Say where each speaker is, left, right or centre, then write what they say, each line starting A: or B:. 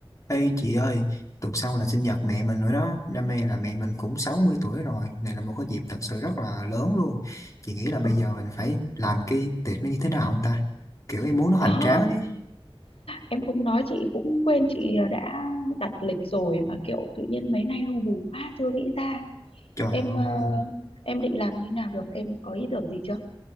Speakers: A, on the left; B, on the left.
A: Ê chị ơi, tuần sau là sinh nhật mẹ mình nữa đó. Năm nay là mẹ mình cũng 60 tuổi rồi. Này là một cái dịp thật sự rất là lớn luôn. Chị nghĩ là bây
B: Ờ,
A: giờ mình phải làm cái tiệc nó như thế nào không ta? Kiểu em muốn nó hoành
B: đó
A: tráng ấy.
B: em không nói chị cũng quên chị đã đặt lịch rồi mà kiểu tự nhiên mấy nay lu bù quá chưa nghĩ ra
A: Trời
B: em
A: ơi,
B: ờ, em định làm như nào được em có ý tưởng gì chưa